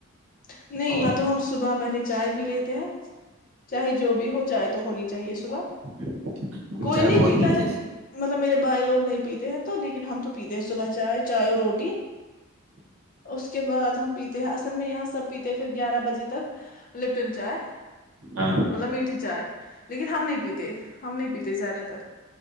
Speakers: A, on the left; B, on the right.
A: نہیں
B: اور
A: یا تو ہم صبح پہلے چائے پیلےتے ہیں <unintelligible> چاہے جو بھی ہو چاہے تو ہونی چاہیے صبح
B: ہم
A: کوئی
B: چائے
A: نہیں
B: بہت
A: پیتا
B: پیتے
A: ہے
B: تھے
A: مطلب میرے بائے لوگ نہیں پیتے ہیں تو لیکن ہم تو پیتے ہیں صبح چائے چائے اور روٹی اس کے بعد ہم پیتے ہیں اصل میں یہاں سب پیتے پھر گیارہ بجے تک لپٹن چائے
B: ہاں
A: مطلب میٹھی چائے لیکن ہم نہیں پیتے ہم نہیں پیتے زیادہ تر